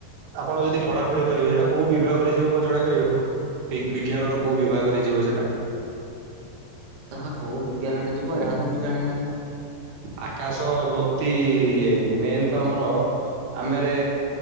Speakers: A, on the right; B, on the right.
A: ଆପଣ ଯଦି ପଢାପଢି କରିବେ ସେଇଟା କୋଉ ବିଭାଗରେ ଯିବ ମତେ ଜଣେଇପାରିବେ? ବି ବିଜ୍ଞାନର କୋଉ ବିଭାଗରେ ଯିବ ସେଟା?
B: ତାହା କୋଉ ବିଜ୍ଞାନରେ ଯିବ ଏହା ତ ମୁଁ ଜାଣି ନାହିଁ।
A: ଆକାଶ ବକ୍ତି ଇଏ ମେନ୍ ତ ଆମର ଆମେରେ